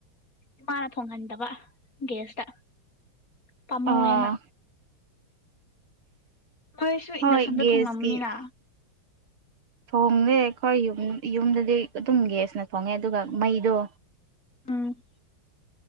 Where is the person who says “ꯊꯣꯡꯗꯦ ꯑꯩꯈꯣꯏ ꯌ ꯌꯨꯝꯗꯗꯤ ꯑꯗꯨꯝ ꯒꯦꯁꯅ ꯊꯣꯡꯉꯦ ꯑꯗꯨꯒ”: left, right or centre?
Right